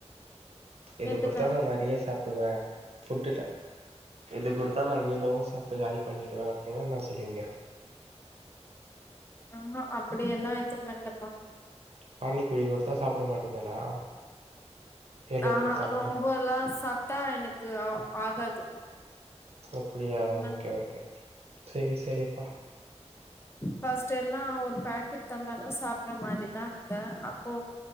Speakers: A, on the right; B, on the left.
A: எது
B: எதுல
A: குடுத்தானு நெறைய சாப் வ ஃபுட்டுல இது குடுத்தா நா அய்யலோ சாப்ட்டு காலி பண்ணிடுவ அப்டின்னா நா சொல்லுவீங்க
B: அம்மா அப்படியெல்லா எதும் இல்லபா
A: பானிபூரி குடுத்தா சாப்ட மாட்டீங்களா எவ்ளோ
B: ஆஹா
A: கொடுத்தாலு
B: ரொம்ப எல்லா சாப்ட்டா எனக்கு ஆ ஆகாது
A: அப்படியா
B: அதனால
A: ஓகே சரி சரிப்பா
B: பஃர்ஸ்ட்டு எல்லா ஒரு பேக்கெட் தந்தாலு சாப்றமாரிதாருந்த அப்போ